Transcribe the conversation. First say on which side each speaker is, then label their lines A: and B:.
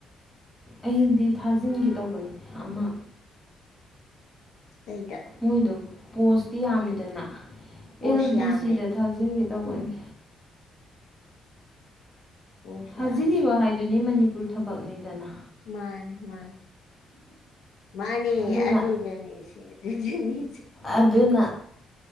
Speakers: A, on the left; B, on the left.
A: ꯑꯩꯗꯤ ꯊꯥꯖꯤꯟꯒꯦ ꯇꯧꯕꯅꯦ ꯑꯃ
B: ꯀꯩꯗ
A: ꯃꯣꯏꯗꯣ ꯄꯣꯁꯇꯤ ꯌꯥꯝꯃꯤꯗꯅ
B: ꯄꯣꯁ
A: ꯑꯦꯜ ꯗꯤ
B: ꯌꯥꯝꯃꯦ
A: ꯁꯤꯗ ꯊꯥꯖꯤꯟꯒꯦ ꯇꯧꯕꯅꯦ
B: ꯄꯣꯁ
A: ꯊꯥꯖꯤꯂꯤꯕ
B: ꯌꯥꯝꯃꯦ
A: ꯍꯥꯏꯗꯨꯅꯤ ꯅꯤ ꯃꯅꯤꯄꯨꯔ ꯊꯕꯛꯅꯤꯗꯅ
B: ꯃꯥꯅꯦ ꯃꯥꯅꯤ ꯃꯥꯅꯦ
A: ꯑꯗꯨꯅ
B: ꯑꯗꯗꯅꯤꯁ ꯑꯗꯨꯅꯤ
A: ꯑꯗꯨꯅ